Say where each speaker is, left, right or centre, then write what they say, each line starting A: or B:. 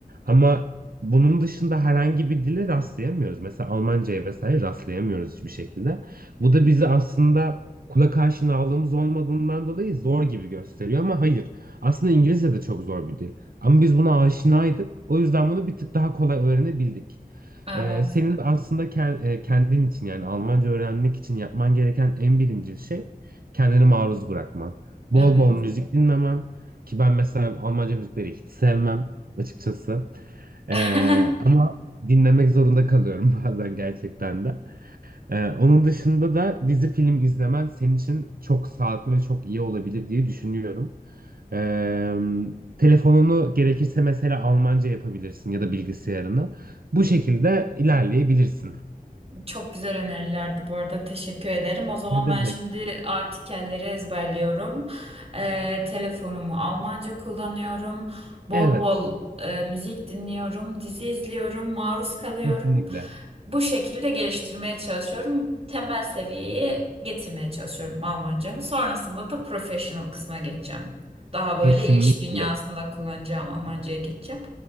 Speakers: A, on the right; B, on the right.
A: Ama bunun dışında herhangi bir dile rastlayamıyoruz. Mesela Almanca'ya vesaire rastlayamıyoruz hiçbir şekilde. Bu da bizi aslında kulak aşinalığımız olmadığından dolayı zor gibi gösteriyor ama hayır. Aslında İngilizce de çok zor bir dil. Ama biz buna aşinaydık. O yüzden bunu bir tık daha kolay öğrenebildik.
B: Evet.
A: Ee, senin de aslında ken- e, kendin için yani Almanca öğrenmek için yapman gereken en birinci şey kendini maruz bırakman. Bol
B: Evet.
A: bol müzik dinlemen. Ki ben mesela Almanca müzikleri hiç sevmem açıkçası. Ee,
B: <laughs>
A: ama dinlemek zorunda kalıyorum <laughs> bazen gerçekten de. Ee, onun dışında da dizi film izlemen senin için çok sağlıklı ve çok iyi olabilir diye düşünüyorum. Ee, telefonunu gerekirse mesela Almanca yapabilirsin ya da bilgisayarını. Bu şekilde ilerleyebilirsin.
B: Çok güzel önerilerdi bu arada. Teşekkür ederim. O zaman
A: Ne demek?
B: ben şimdi artikelleri ezberliyorum. Ee, telefonumu Almanca kullanıyorum. Bol
A: Evet,
B: bol e, müzik dinliyorum. Dizi izliyorum. Maruz kalıyorum.
A: kesinlikle.
B: Bu şekilde geliştirmeye çalışıyorum. Temel seviyeye getirmeye çalışıyorum Almancamı. Sonrasında da professional kısma geçeceğim. Daha
A: Kesinlikle.
B: böyle iş dünyasında kullanacağım Almancaya geçeceğim.